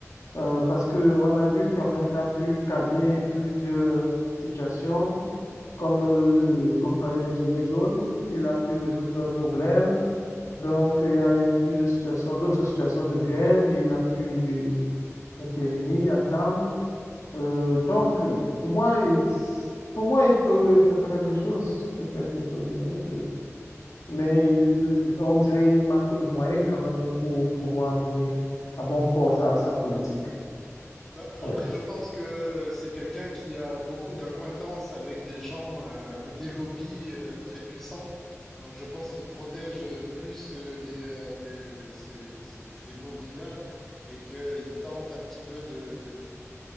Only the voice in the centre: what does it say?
Bah, après,
je pense que c'est quelqu'un qui a beaucoup d'acquaintances avec des gens, euh, avec des lobbies euh, très puissants. Donc, je pense qu'il protège plus euh, les, euh, les- ces, ces- ces lobbies-là et qu'il tente un petit peu de,